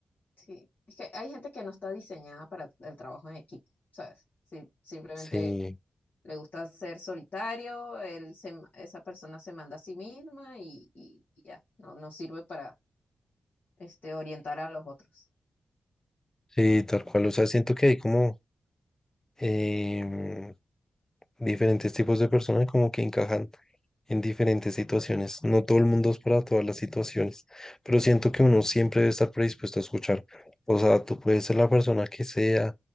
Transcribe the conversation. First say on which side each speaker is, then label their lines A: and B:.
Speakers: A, on the left; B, on the left.
A: Sí. Es que hay gente que no está diseñada para el trabajo en equipo, ¿sabes? Sí, simplemente
B: Sí.
A: le gusta ser solitario, él se- esa persona se manda a sí misma y, y- y ya, no, no sirve para este, orientar a los otros.
B: Sí, tal cual. O sea, siento que hay como em, diferentes tipos de personas como que encajan en diferentes situaciones. No todo el mundo es para todas las situaciones, pero siento que uno siempre debe estar predispuesto a escuchar. O sea, tú puedes ser la persona que sea,